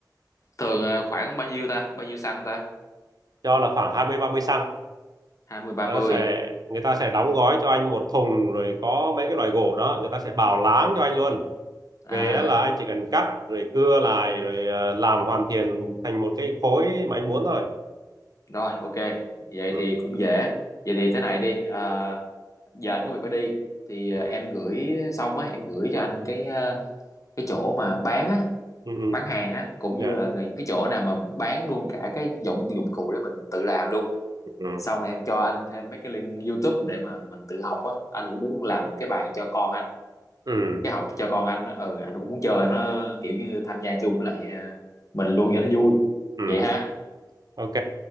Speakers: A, on the left; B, on the right.
A: thường ờ, khoảng bao nhiêu ta bao nhiêu xăng ta
B: cho là khoảng hai mươi ba mươi xăng
A: hai mươi ba
B: nó
A: mươi
B: sẽ người ta sẽ đóng gói cho anh một thùng rồi có mấy cái loại gỗ đó người ta sẽ bào láng cho anh luôn
A: à
B: về á là anh chỉ cần cắt rồi cưa lại rồi ờ, làm hoàn thiện thành một cái khối mà anh muốn thôi
A: rồi ok vậy
B: ừ.
A: thì cũng dễ vậy thì thế này đi Ờ, giờ anh có việc phải đi thì
B: Ừ.
A: ờ, em gửi xong á em gửi cho anh cái ờ, cái chỗ mà bán á
B: Ừ. ừ.
A: bán hàng á cũng như
B: Yeah.
A: là những cái chỗ nào mà bán luôn cả cái dụng dụng cụ để mình tự làm luôn
B: Ừ.
A: xong rồi em cho anh thêm mấy cái link YouTube để mà mình tự học á anh cũng muốn làm cái bàn cho con anh
B: Ừ.
A: cái học cho con anh á ừ anh cũng muốn chơi nó kiểu như tham gia chung với lại ờ, mình luôn cho nó vui
B: Ừ,
A: vậy ha
B: ok.